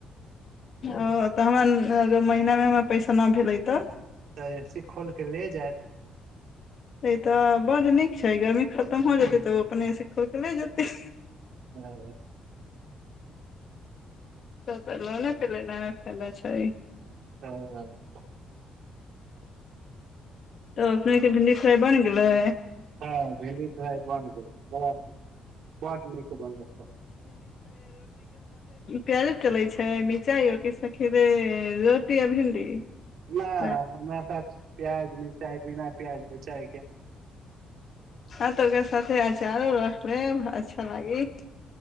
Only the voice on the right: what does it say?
तऽ ए सी खोल कऽ ले जैत
हँ
हँ ह
हँ भेड प बन्द कर ब ब नीक बनल
नहि
सच प्याज मिरचाइ बिना प्याज मि चा